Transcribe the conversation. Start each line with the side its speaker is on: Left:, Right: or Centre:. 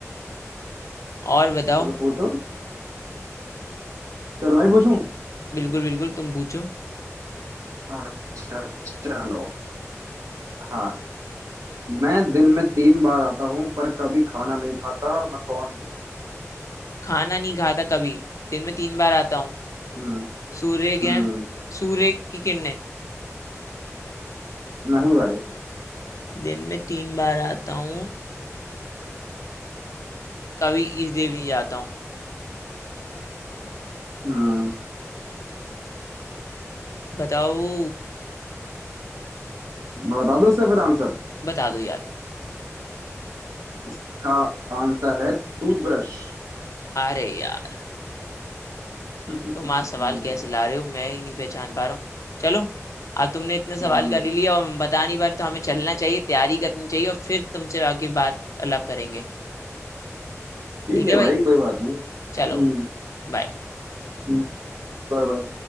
Left: और बताओ
Right: चलो पूछो चलो मैं ही पूछूं
Left: बिल्कुल बिल्कुल तुम पूछो
Right: अच्छा चलो हाँ मैं दिन में तीन बार आता हूँ पर कभी खाना नहीं खाता मैं कौन हूँ
Left: खाना नहीं खाता कभी दिन में तीन बार आता हूँ
Right: हम्म
Left: सूर्य ग्रहण
Right: हम्म
Left: सूर्य की किरणें
Right: नहीं भाई
Left: दिन में तीन बार आता हूँ कभी इस देव नहीं जाता हूँ
Right: हम्म
Left: बताओ
Right: मैं बता दूँ इसका फिर आंसर
Left: बता दो यार
Right: इसका आंसर है टूथब्रश
Left: अरे यार
Right: <laughs>
Left: तुम आज सवाल
Right: हम्म
Left: कैसे ला रहे हो मैं ही नहीं पहचान पा रहा हूँ चलो अब तुमने इतने
Right: हम्म
Left: सवाल कर ही लिया और हम बता नहीं पा रहे तो हमें चलना चाहिए तैयारी करनी चाहिए और फिर तुमसे आगे बात अलग करेंगे
Right: ठीक
Left: ठीक
Right: है
Left: है
Right: भाई
Left: भाई
Right: कोई बात नहीं हम्म
Left: चलो बाय
Right: हम्म, Bye bye